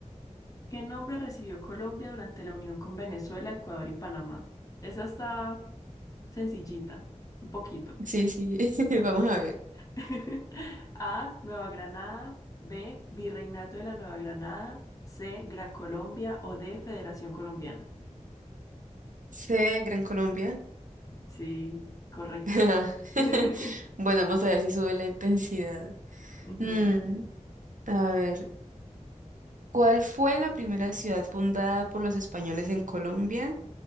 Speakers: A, on the left; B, on the right.
A: ¿qué nombre recibió Colombia durante la unión con Venezuela, Ecuador y Panamá? Esa está sencillita, un poquito.
B: sí, sí. <laughs> Vamos a ver.
A: <laughs> A. Nueva Granada. B. Virreinato de la Nueva Granada. C. Gran Colombia. O D. Federación Colombiana.
B: C. Gran Colombia.
A: Sí, correcto.
B: <laughs>
A: <laughs>
B: Bueno, vamos a ver si sube la intensidad.
A: Ujú.
B: Mm, a ver. ¿Cuál fue la primera ciudad fundada por los españoles en Colombia?